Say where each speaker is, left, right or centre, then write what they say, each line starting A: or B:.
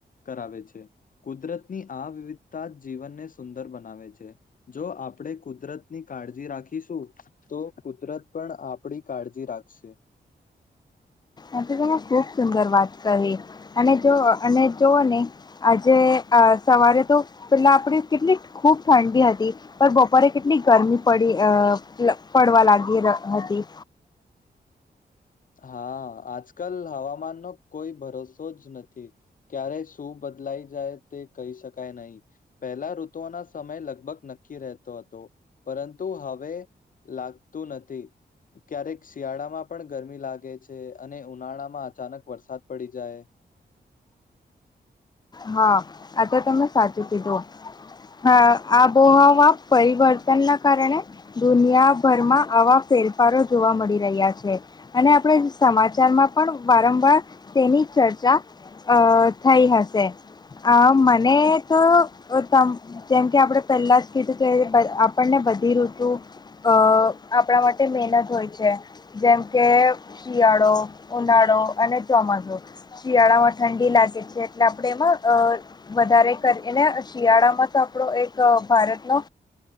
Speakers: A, on the left; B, on the left.
A: કરાવે છે. કુદરતની આ વિવિધતા જ જીવનને સુંદર બનાવે છે જો આપણે કુદરતની કાળજી રાખીશું શું તો કુદરત પણ આપણી કાળજી રાખશે.
B: આથી તને ખુબ સુંદર વાત કરી અને જો અને જોવ ને આજે આ સવારે તો પેલા આપડી કેટલી ખૂબ ઠંડી હતી પણ બપોરે કેટલી ગરમી પડી અ પડવા લાગી હતી
A: હા આજકાલ હવામાન નો કોઈ ભરોસો જ નથી ક્યારે શું બદલાઈ જાય તે કહી શકાય નહીં પહેલા ઋતુઓના સમય લગભગ નક્કી રહેતો હતો. પરંતુ હવે લાગતું નથી ક્યારેક શિયાળામાં પણ ગરમી લાગે છે અને ઉનાળામાં અચાનક વરસાદ પડી જાય.
B: હા આ તો તમે સાચું કીધું. હા આબોહવા પરિવર્તનના કારણે દુનિયાભરમાં આવા ફેરફારો જોવા મળી રહ્યા છે અને આપણે સમાચારમાં પણ વારંવાર તેની ચર્ચા અ થઈ હશે. અ મને તો અ તમ જેમ કે આપણે પહેલા જ કીધું તે આપણ આપણને બધી ઋતુ અ આપણા માટે મહેનત હોય છે જેમકે શિયાળો, ઉનાળો, અને ચોમાસું શિયાળામાં ઠંડી લાગે છે એટલે આપણે એમાં અ વધારે કરીને શિયાળામાં તો આપણો એક ભારતનો